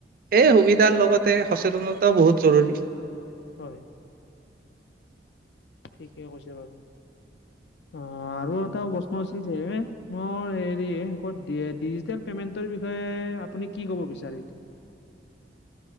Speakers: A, on the right; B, on the left.
A: এই সুবিধাৰ লগতে সচেতনতাও বহুত জৰুৰী।
B: হয়। ঠিকে কৈছ বাৰু। অ' আৰু এটা প্ৰশ্ন হৈছিল যে মোৰ হেৰি শষ ডিজিল পেমেট বিষয়ে আপুনি কি কব বিচাৰে এতিয়া।